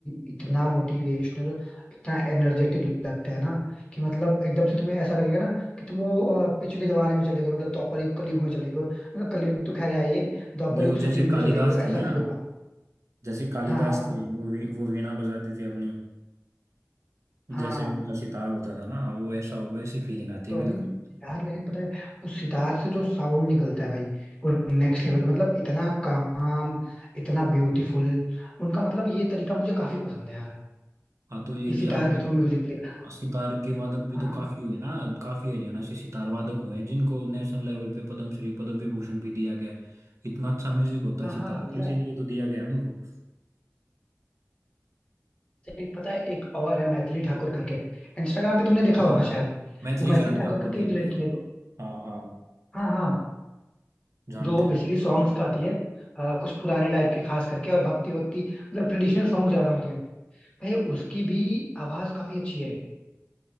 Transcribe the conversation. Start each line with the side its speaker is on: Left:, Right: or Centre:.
Left: इतना मोटिवेशनल इतना एनर्जेटिक लगता है ना कि मतलब एकदम से तुम्हें ऐसा लगेगा ना कि तुम वो अ, पिछले जमाने में चले गए मतलब द्वापर युग कलयुग में चले गए मतलब कलयुग तो खैर है ही है द्वापर
Right: नहीं
Left: युग
Right: वो
Left: सतयुग
Right: जैसे
Left: में
Right: कालिदास
Left: चले गए ऐसा
Right: थे ना
Left: फील होगा
Right: जैसे कालिदास
Left: हाँ हाँ
Right: थे वो वी, वो वीणा बजाते थे अपनी
Left: हाँ
Right: जैसे उनका सितार होता था ना वो ऐसा वैसी फीलिंग आती
Left: तो
Right: है बिल्कुल
Left: अभी यार लेकिन पता है उस सितार से जो साउंड निकलता है भाई वो नेक्स्ट लेवल मतलब इतना काम इतना ब्यूटीफुल उनका मतलब ये तरीका मुझे काफी पसंद है यार
Right: हाँ तो ये जो
Left: इसी
Right: आपने
Left: तार के थ्रू म्यूजिक प्ले कर
Right: सितार के वादक भी
Left: हाँ
Right: तो काफी हुए ना काफी हरियाणा से सितार वादक हुए हैं जिनको नेशनल लेवल पे पद्मश्री पद्म विभूषण भी दिया गया है इतना अच्छा म्यूजिक होता
Left: हाँ
Right: है सितार
Left: हाँ मिला
Right: का इसीलिए
Left: है
Right: तो दिया गया है उनको
Left: एक पता है एक और है मैथिली ठाकुर करके इंस्टाग्राम पे तुमने देखा
Right: हाँ
Left: होगा शायद
Right: मैथिली
Left: वो मैथिली
Right: शरण
Left: ठाकुर
Right: ठाकुर
Left: करके
Right: भी
Left: एक लड़की है जो
Right: हाँ हाँ
Left: हाँ हाँ
Right: जानता
Left: जो बेसिकली
Right: हूँ
Left: सॉन्ग्स
Right: देखा
Left: गाती
Right: है
Left: है अ, कुछ पुराने टाइप के खास करके और भक्ति वक्ति मतलब ट्रेडिशनल सॉन्ग ज्यादा होते हैं भाई उसकी भी आवाज काफी अच्छी है